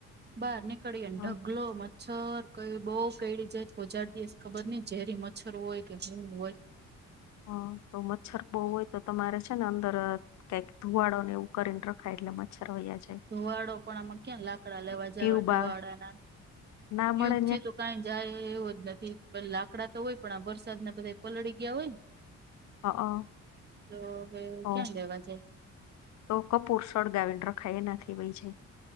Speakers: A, on the right; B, on the left.
A: બહાર નીકળીને
B: હા
A: ઢગલો મ મચ્છર કઈ બહ કેડી જાય તો ઓજાર દઈસ ખબર નઈ ઝેરી મચ્છર હોય કે હૂ હોય
B: હ તો મચ્છર બહ હોય તો તમારે છે ને અંદર કઈક ધુવાડોનેવ કરીને રખાય એટલે મચ્છર વૈયા જ
A: ધુવાડો પણ આમાં ક્યાં લાકડા લેવા
B: ટ્યુબ
A: જવા તુવાડાા
B: આવે
A: ના
B: ના
A: ક્યુબ
B: મળે
A: થી તો કંઈ જાય એવો જ નથી પ લાકડા તો હોય પણ આ વરસાદને બધા પલળી ગયા હોય ને
B: ત્યાં
A: તો હવે
B: હ
A: ક્યાં રેવા જાય
B: તો કપૂર સળગાવીને રખાય એનાથી વય જાય